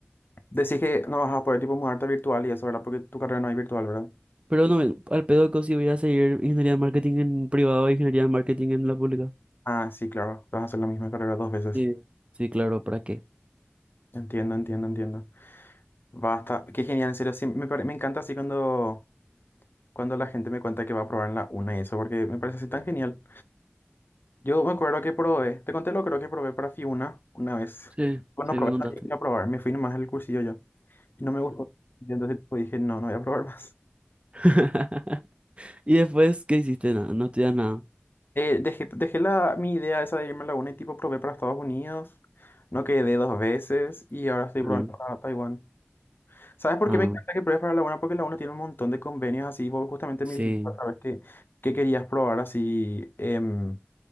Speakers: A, on the left (about 55°); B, on the right (about 30°).
A: Decís que no vas a poder tipo mudarte virtual y eso, ¿verdad? Porque tu carrera no es virtual, ¿verdad?
B: Pero no, al pedo que sí voy a seguir ingeniería de marketing en privado e ingeniería de marketing en la pública.
A: Ah, sí, claro, vas a hacer la misma carrera dos veces.
B: Sí, sí, claro, ¿para qué?
A: Entiendo, entiendo, entiendo. Basta, qué genial, en serio, sí, me, pare- me encanta así cuando, cuando la gente me cuenta que va a probar en la una y eso, porque me parece así tan genial. Yo me acuerdo que probé, te conté lo creo que probé para Fiuna una vez.
B: Sí,
A: Bueno,
B: sí,
A: probé,
B: me contaste.
A: no llegué a probar, me fui nomás al cursillo yo. Y no me gustó. Y entonces tipo, dije, no, no voy a probar <laughs> más.
B: <laughs> Y después, ¿qué hiciste? Nada, no estudias nada.
A: Eh, dejé dejé la, mi idea esa de irme a la UNA y tipo probé para Estados Unidos. No quedé dos veces y ahora estoy probando
B: Mm,
A: para Taiwán. ¿Sabes por
B: Ah,
A: qué me encanta que pruebes para la UNA? Porque la UNA tiene un montón de convenios así. Vos justamente
B: sí.
A: me dijiste otra vez que, que querías probar así em,